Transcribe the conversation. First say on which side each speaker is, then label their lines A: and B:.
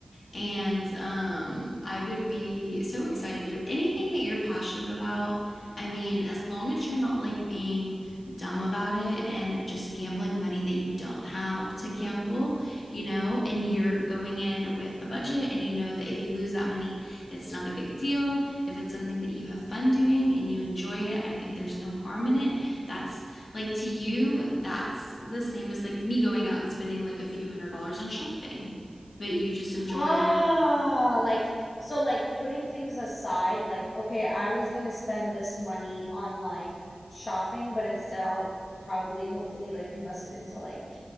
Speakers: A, on the left; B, on the left.
A: And um, I would be so excited to anything that you're passionate about. I mean, as long as you're not like being dumb about it and just gambling money that you don't have to gamble, you know, and you're going in with a budget and you know that if you lose that money, it's not a big deal. If it's something that you have fun doing and you enjoy it, I think there's no harm in it. That's like to you, that's the same as like me going out and spending like a few hundred dollars on shopping, but you just enjoy
B: Ah, like so like putting things aside, like okay, I was gonna spend this money on like shopping, but instead I'll probably hopefully like invest it into like